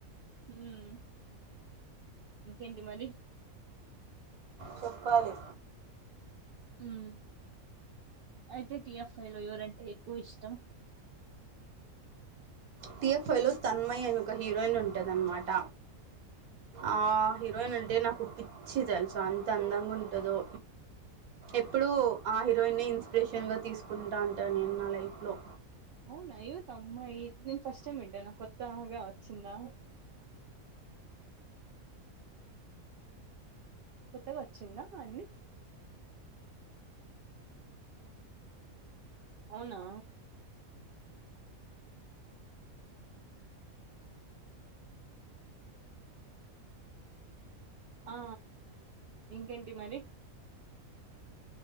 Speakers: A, on the right; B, on the right.
A: హ్మ్ ఇంకేంటి మరి
B: చెప్పాలి
A: ఉమ్ అయితే టిఎఫ్ ఫై లో ఎవరంటే ఎక్కువ ఇష్టం
B: టిఎఫ్ఐ లో తన్మయ్ అని ఒక హీరోయిన్ ఉంటది. అన్నమాట ఆ హీరోయిన్ అంటే నాకు పిచ్చి తెలుసా అం త అందంగుంటదో ఎప్పుడు ఆ హీరోయిన్ ఇన్స్ స్టేషన్ గా తీసుకుంటా ఉంటా నేను నా లైఫ్ లో
A: అవునా ఎవరమ్మాయి నేను ఫస్ట్ టైమ్ వింటానా కొత్తాగా వచ్చిందా కొత్తగా వచ్చిందా అది అవునా ఆ ఇంకేంటి మరి